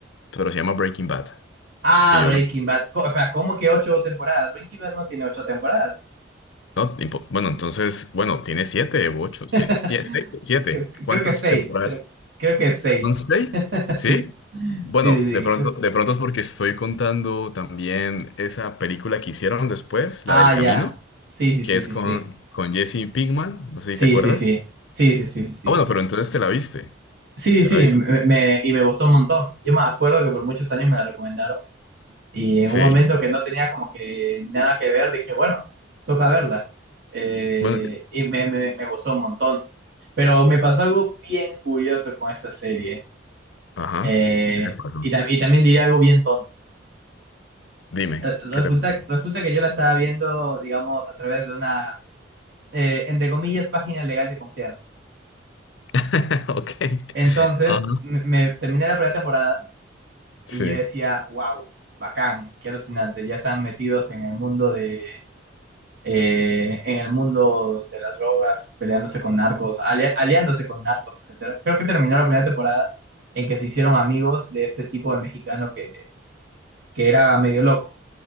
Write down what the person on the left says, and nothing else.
pero se llama Breaking Bad.
Que yo,
no, ni bueno, entonces, bueno, tiene siete u ocho, si-
siete, seis o siete.
¿Cuántas
temporadas?
¿Son seis?
¿Sí?
Bueno,
de pronto,
de pronto es porque estoy contando también esa película que hicieron después,
la del Camino,
que
es
con,
con Jesse Pinkman, no sé
si te acuerdas.
Ah, bueno, pero entonces te la viste,
te
la viste.
Sí.
Bueno,
ajá.
¿Qué te pasó?
Dime,
¿qué te pasó?
<laughs> Ok.
Ajá.
Sí,